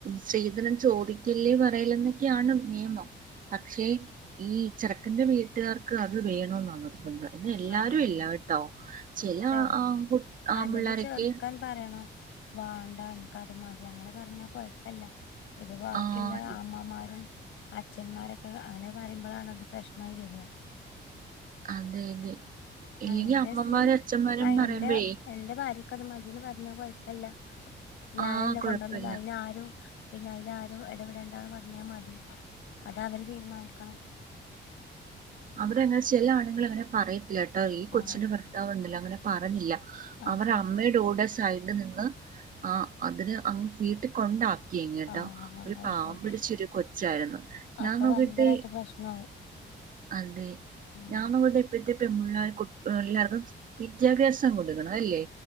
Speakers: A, on the right; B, on the left.
A: ശ്രീധനം ചോദി ക്കല്ലേ പറയലെന്നൊക്കെയാണ് നിയമം. പക്ഷേ ഈ ചെറക്കന്റെ വീട്ടുകാർക്ക് അത് വേണോന്നാണ്. എല്ലാരും
B: ആഹ് അതെ
A: ഇല്ല കേട്ടോ ചെല
B: ചെറു
A: ആൺകു ആൺ
B: അല്ലെങ്കിൽ
A: പിള്ളാരൊക്കെ
B: ചെറുക്കൻ പറയണം വാണ്ട എനിക്ക് അത് മതി അങ്ങനെ പറഞ്ഞാ കൊയപ്പല്ല. ഇത് വാക്കില്ല
A: ആ ഇ-
B: അമ്മമാരും, അച്ഛന്മാരൊക്കെ അങ്ങനെ പറയുമ്പളാണ് അത് പ്രശ്നായി വര.
A: അതെ അതെ ഇല്ലെങ്കി
B: എന്റെ
A: അമ്മമാരും
B: സ്ത്രീ
A: അച്ഛന്മാരും
B: ആഹ്
A: പറയുമ്പേ
B: എന്റെ എന്റെ ഭാര്യക്ക് അത് മതിന്ന് പറഞ്ഞാ കൊയപ്പല്ല ഞാനല്ലേ
A: ആ കുഴപ്പമില്ല
B: കൊണ്ടുവന്നത് അയിനാരും പിന്നെ അയിലാരും എടപെടേണ്ടാന്ന് പറഞ്ഞാ മതി അതവര് തീരുമാനിക്കണം
A: അവിടെങ്ങനെ ചെലാണ് നിങ്ങളങ്ങനെ പറയത്തില്ല ഏ ഈ കൊച്ചിന്
B: ആഹ്
A: ഭർത്താവ്ണ്ടല്ലോ അങ്ങനെ പറഞ്ഞില്ല
B: അത്
A: അവരമ്മയുടൂടെ
B: ശരി
A: സൈ ട് നിന്ന് ആ അതിന് അം വീട്ടികൊണ്ടാ ക്കി ങ്ങ്ട്ടോ
B: ആഹ്
A: ഒരു
B: അത്
A: പാവം
B: ശരി
A: പിടിച്ചൊരു കൊച്ചാരുന്നു ഞാൻ
B: അപ്പൊ
A: നോക്കിട്ട്
B: ഭയങ്കരായിട്ട് പ്രശ്നാവും
A: അതെ
B: ഉം
A: ഞാനവിടെ ഇപ്പഴത്തെ പെൺ പിള്ളാർക്കും <unintelligible> വിദ്യാഭ്യാസം കൊടുക്കണം അയല്ലേ